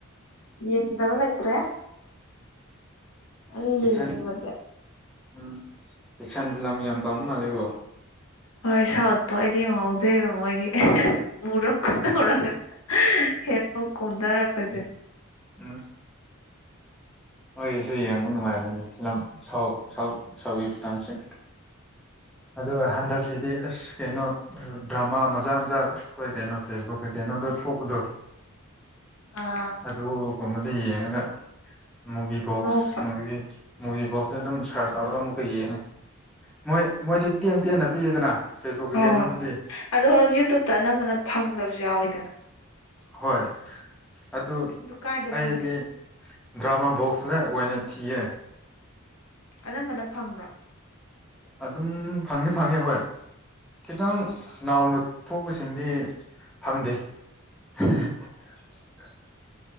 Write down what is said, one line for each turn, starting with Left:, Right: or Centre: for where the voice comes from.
Left: ꯌꯦꯡꯗꯕ ꯂꯩꯇ꯭ꯔꯦ ꯑꯩꯅ
Centre: ꯑꯦꯛꯁꯟ
Left: ꯌꯦꯡꯅꯤꯡꯕꯗꯤ
Centre: ꯎꯝ ꯑꯦꯛꯁꯟ ꯐꯤꯂꯝ ꯌꯥꯝ ꯄꯥꯝ ꯃꯥꯂꯦꯀꯣ
Left: ꯍꯣꯏ ꯁꯥꯎꯠꯇꯣ ꯑꯩꯗꯤ ꯌꯥꯝ ꯉꯥꯎꯖꯩꯕ ꯃꯣꯏꯒꯤ <unintelligible> ꯃꯨꯔꯞꯀ ꯇꯧꯔꯒ ꯍꯦꯔꯣ ꯀꯨꯝꯗꯔꯛꯄꯁꯦ
Centre: ꯎꯝ ꯃꯣꯏꯒꯤꯁꯨ ꯌꯦꯡꯕ ꯅꯨꯡꯉꯥꯏꯕꯅꯤꯅ ꯐꯤꯂꯝ ꯁꯥꯎ ꯁꯥꯎ ꯁꯥꯎꯠꯒꯤ ꯐꯤꯂꯝꯁꯦ ꯑꯗꯨꯒ ꯍꯟꯗꯛ ꯁꯤꯗꯤ ꯑꯁ ꯀꯩꯅꯣ ꯗ꯭ꯔꯃꯥ ꯃꯆꯥ ꯃꯆꯥ ꯑꯩꯈꯣꯏ ꯀꯩꯅꯣ ꯐꯦꯁꯕꯨꯛ ꯀꯩꯀꯩꯅꯣꯗ ꯊꯣꯛꯄꯗꯨ
Left: ꯑꯥ
Centre: ꯑꯗꯨꯒꯨꯝꯕꯗ ꯌꯦꯡꯉꯒ ꯃꯨꯚꯤ ꯕꯣꯛꯁ
Left: ꯅꯣꯛꯄ
Centre: ꯃꯨꯚꯤ ꯃꯨꯚꯤ ꯕꯣꯛꯁꯇ ꯑꯗꯨꯝ ꯁꯔꯁ ꯇꯧꯔꯒ ꯑꯃꯨꯛꯀ ꯌꯦꯡꯉꯦ ꯃꯣꯏ ꯃꯣꯏꯗꯤ ꯇꯦꯟ ꯇꯦꯟꯅ ꯄꯤꯌꯦꯗꯅ ꯐꯦꯁꯕꯨꯛꯀꯤ
Left: ꯍꯣꯏ ꯍꯣꯏ
Centre: ꯀꯩꯅꯣꯗꯨꯗꯤ
Left: ꯍꯣꯏ ꯑꯗꯣ ꯌꯨꯇꯨꯨꯞꯇ ꯑꯅꯝꯕꯅ ꯐꯪꯗꯕꯁꯨ ꯌꯥꯎꯋꯤꯗꯅ
Centre: ꯍꯣꯏ ꯑꯗꯨ
Left: ꯀꯥꯏꯗ
Centre: ꯑꯩꯗꯤ
Left: ꯐꯪꯒꯦ
Centre: ꯗ꯭ꯔꯥꯃ ꯕꯣꯛꯁꯇ ꯑꯣꯏꯅ ꯊꯤꯌꯦ
Left: ꯑꯅꯝꯕꯅ ꯐꯪꯕ꯭ꯔꯣ
Centre: ꯑꯗꯨꯝ ꯐꯪꯗꯤ ꯐꯪꯉꯦ ꯍꯣꯏ ꯈꯤꯇꯪ ꯅꯥꯎꯅ ꯊꯣꯛꯄꯁꯤꯡꯗꯤ ꯐꯪꯗꯦ <unintelligible>